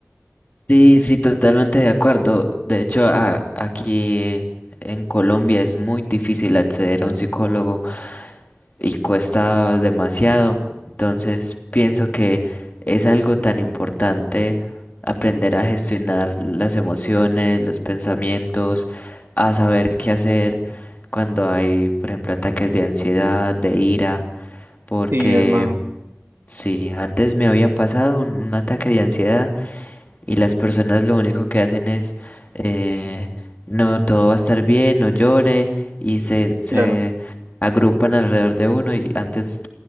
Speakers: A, on the left; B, on the right.
A: Sí, sí, totalmente de acuerdo. De hecho, a- aquí en Colombia es muy difícil acceder a un psicólogo y cuesta demasiado. Entonces pienso que es algo tan importante aprender a gestionar las emociones, los pensamientos, a saber qué hacer cuando hay, por ejemplo, ataques de ansiedad, de ira, porque
B: Sí, hermano,
A: sí, antes me había pasado un, un ataque de ansiedad y las personas lo único que hacen es, eh, no, todo va a estar bien, no llore y se, se
B: claro,
A: agrupan alrededor de uno y antes